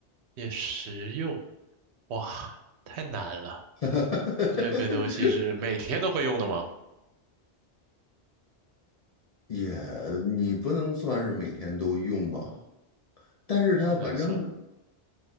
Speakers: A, on the right; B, on the left.
A: 也实用，哇，太难了。
B: <laughs>
A: 这个东西是每天都会用的吗？
B: 也你不能算是每天都用吧，但是它反正
A: 不能算，